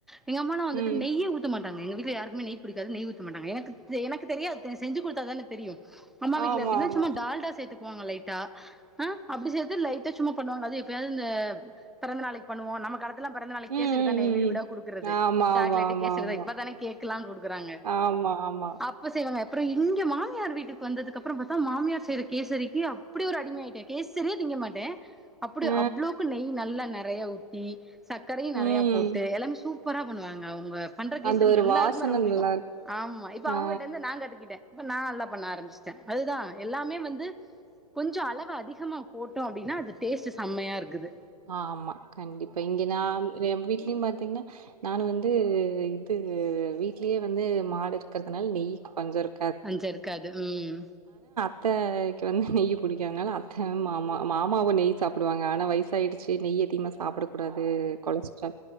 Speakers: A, in the centre; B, on the right.
A: எங்க அம்மானா வந்துட்டு
B: ம்.
A: நெய்யே ஊத்த மாட்டாங்க டாங்க எங்க வீட் <unintelligible> யாருக்குமே நெய் புடிக்காது நெய் ஊத்த மாட்டாங்க எனக் எனக்கு தெரியாது செஞ்சு குடுத்தா தானே தெரியு அம்மா வீ்ட்ல
B: ஆமா,
A: எப்டினா
B: ஆமா.
A: சும்மா டால்டா சேத்து வாங்க லைட்டா ஆ அப்டி சேத்து லைட்டா சும்மா பண்ணுவாங்க அது எப்யாவது இந்த பெறந்த நாளைக்கு பண்ணுவோ நம்ம காலத்து பலா பெறந்த நாளைக்கு
B: ம்,
A: கேசரி
B: ம்,
A: தானே
B: ம்,
A: வீடு
B: ம்.
A: வீடா குடுக்குறது
B: ஆமா,
A: சாக்லேட்டு
B: ஆமா, ஆமா,
A: கேசரிதா
B: ஆமா.
A: இப்ப தானே கேக் குடுக்குறாங்க
B: ஆமா, ஆமா.
A: அப்ப சே ய்வாங்க அப்ற இங்க மாமியார் வீட்டுக்கு வந்ததுக்கு அப்ற பாத்தா மாமியார் செய்யுற கேசரிக்கு அப்டி ஒரு அடிமையாயிட்டே கேசரி செரியா திங்க மாட்டே அப்டி
B: ஆ.
A: அவ்ளோக்கு நெய் நல்லா நறைய ஊத்தி சக்கரையு நெறையா
B: ம்.
A: போட்டு எல்லாமே சூப் சூப்பரா பண்ணுவாங்க அவுங்க பண்ற கேசரி
B: அந்த ஒரு
A: எல்லாருக்கு
B: வாசனை
A: ரொம்ப பிடிக்கு
B: நல்லாருக்கு.
A: ஆமா இப்ப
B: ஆ.
A: அவுங்கட்டந்து நா கத்துக்கிட்டே இப்ப நா நல்லா பண்ண ஆரம்பிச்சிட்டே அதுதா எல்லாமே வந்து கொஞ்சம் அளவு அதிகமாக போட்டோ அப்டினா அது டேஸ்ட்டு செம்மயாருக்குது
B: ஆமா கண்டிப்பா இங்க நா ரெம் வீட்ல பாத்தீங்ன்னா நான் வந்து இது வீட்லயே வந்து மாடு இருக்கறதுனால நெய்க்கு பஞ்ச இருக்
A: பஞ்ச இருக்காது உம்
B: த்தய்க்கு வந்து நெய்யு புடிக்காதனால அத்தை மாமா மாமாவு நெய் சாப்புடுவாங்க ஆனா வயசு சாயிடுச்சி நெய்யதிகமா சாப்ட சாப்டக்கூடாது கொலஸ்ட்ரால்